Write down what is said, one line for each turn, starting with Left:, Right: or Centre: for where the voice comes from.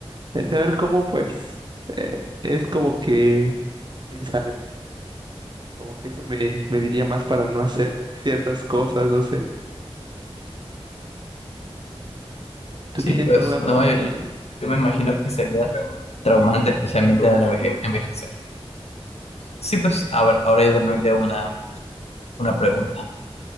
Right: El saber cómo, pues, eh, es como que, quién sabe, como que eso me, me diría más para no hacer ciertas cosas, no sé. ¿Tú
Left: Sí,
Right: tienes
Left: pues
Right: alguna
Left: no,
Right: pregunta
Left: yo,
Right: para
Left: yo-
Right: mí?
Left: yo me imagino que sería traumante, especialmente al enveje- envejecer. Sí, pues a ver, ahora yo te planteo una, una pregunta.